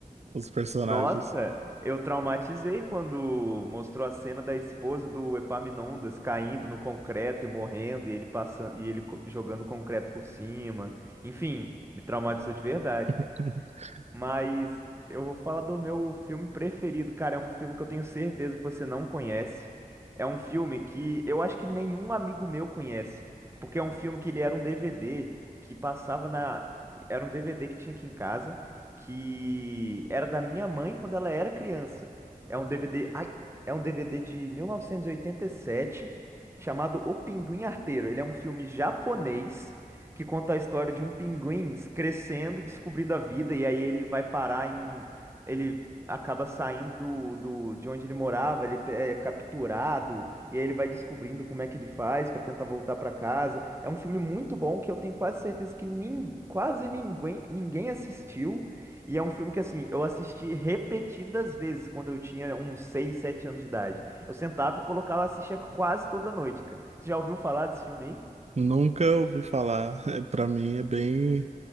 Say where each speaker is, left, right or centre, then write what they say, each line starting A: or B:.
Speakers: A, on the right; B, on the right.
A: os personagens.
B: Nossa, eu traumatizei quando mostrou a cena da esposa do Epaminondas caindo no concreto e morrendo, e ele passando e ele co- jogando concreto por cima. Enfim, me traumatizou de verdade,
A: <laughs>
B: mas eu vou falar do meu filme preferido, cara. É um filme que eu tenho certeza que você não conhece. É um filme que eu acho que nenhum amigo meu conhece. Porque é um filme que ele era um DVD que passava na. Era um DVD que tinha aqui em casa, que era da minha mãe quando ela era criança. É um DVD. Ai, é um DVD de 1987, chamado O Pinguim Arteiro. Ele é um filme japonês que conta a história de um pinguim crescendo e descobrindo a vida, e aí ele vai parar em. Ele acaba saindo do, do, de onde ele morava, ele é capturado, e aí ele vai descobrindo como é que ele faz pra tentar voltar pra casa. É um filme muito bom que eu tenho quase certeza que nin, quase ninguém, ninguém assistiu. E é um filme que, assim, eu assisti repetidas vezes quando eu tinha uns 6, 7 anos de idade. Eu sentava e colocava, assistia quase toda noite, cara. Você já ouviu falar desse filme aí?
A: Nunca ouvi falar. É, para mim é bem